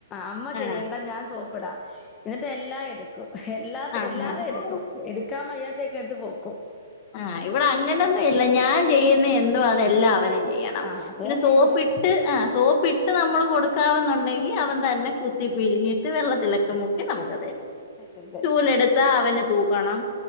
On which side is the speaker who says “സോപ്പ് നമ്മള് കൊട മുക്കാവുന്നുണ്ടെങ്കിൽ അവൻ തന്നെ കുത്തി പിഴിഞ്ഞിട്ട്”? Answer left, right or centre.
Left